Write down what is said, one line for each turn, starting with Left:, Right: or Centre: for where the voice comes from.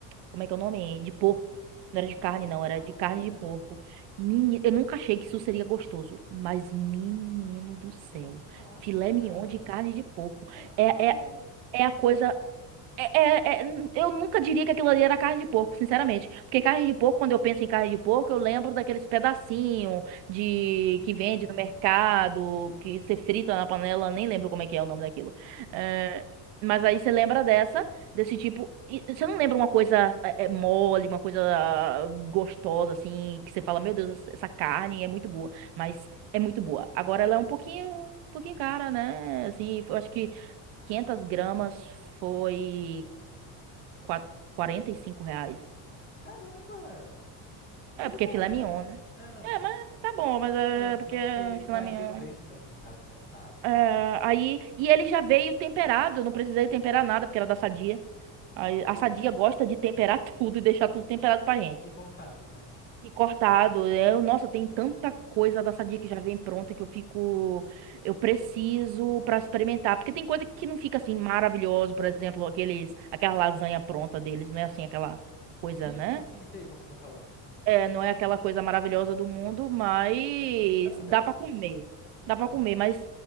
Right: como é que é o nome? De porco. Não era
Left: De
Right: de carne,
Left: porco?
Right: não. Era
Left: Olha!
Right: de carne de porco. Meni- eu nunca achei que isso seria gostoso. Mas, menino do céu.
Left: Nossa!
Right: Filé mignon de carne de porco.
Left: Eu nunca
Right: É,
Left: provei.
Right: é, é a coisa. É- é- é- eu nunca diria que aquilo ali era carne de porco, sinceramente. Porque carne de porco, quando eu penso em carne de porco, eu lembro daqueles pedacinhos de
Left: Sim.
Right: que vende no mercado,
Left: Sim.
Right: que você frita na panela, nem lembro como é que é o nome daquilo.
Left: Sim,
Right: É,
Left: sim.
Right: mas aí você lembra dessa, desse tipo. E você não lembra uma coisa é, é, mole, uma coisa ah, gostosa, assim, que você fala, meu Deus, essa essa carne é muito boa. Mas é muito boa. Agora ela é um pouquinho, um pouquinho cara, né? Assim, eu acho que. quinhentas gramas foi quatro quarenta e cinco reais.
Left: Caramba! Tô
Right: É,
Left: de
Right: porque
Left: boa
Right: é filé
Left: até,
Right: mignon,
Left: né?
Right: né?
Left: É, não,
Right: É,
Left: assim.
Right: mas tá bom, mas
Left: para
Right: é
Left: um filé mignon,
Right: porque é
Left: porque varia
Right: filé mignon.
Left: o preço, né, de estado para estado, então
Right: É,
Left: assim.
Right: aí, e ele já veio temperado, eu não precisei temperar nada, porque era da Sadia. Aí,
Left: Olha
Right: a Sadia
Left: assim.
Right: gosta de temperar <laughs> tudo e deixar tudo temperado pra gente.
Left: E cortado, né?
Right: E cortado. Eu, nossa, tem tanta coisa da Sadia que já vem pronta que eu fico. Eu preciso pra experimentar. Porque tem coisa que não fica assim maravilhoso, por exemplo, aqueles, aquela lasanha pronta deles, não é assim aquela coisa,
Left: Sim,
Right: né?
Left: sim, sei qual você tá falando.
Right: É, não é aquela coisa maravilhosa do mundo, mas
Left: Dá pro
Right: dá
Left: gasto.
Right: pra comer. Dá pra
Left: Total.
Right: comer, mas